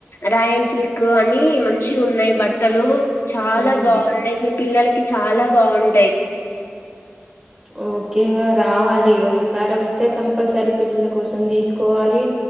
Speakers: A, on the left; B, on the right.
A: రాయన్ సిల్క్ అని మంచిగున్నాయి బట్టలు చాలా
B: ఉమ్
A: బాగున్నాయి మీ పిల్లలకి చాలా బాగుంటాయి
B: ఓకేవే రావాలి ఈసారి వస్తే కంపల్సరీ పిల్లల కోసం తీసుకోవాలి